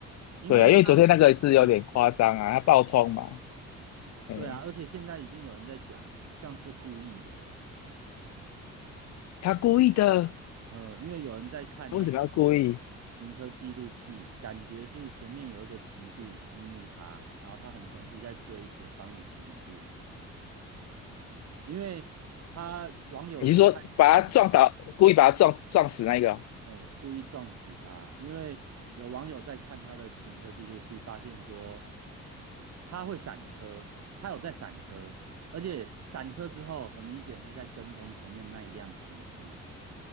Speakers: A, on the right (about 60°); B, on the left (about 60°).
A: 因为像
B: 对啊，因为昨天那个是有点夸张啊，
A: 嗯，
B: 他爆冲嘛，哎，
A: 对啊，而且现在已经有人在讲像是故意的哦。
B: 他故意的，
A: 呃，因为有人在看那个
B: 为什么要故意？
A: 行车记录器，感觉是前面有一个骑士激怒他，然后他很生气，在追前方的骑士，因为他网友有看，
B: 你是说把他撞倒，故意把他撞撞死那个哦
A: 哎，故意撞死他，因为有网友在看他的行车记录器，发现说他会闪车，他有在闪车，而且闪车之后，很明显是在跟踪前面那一辆骑士。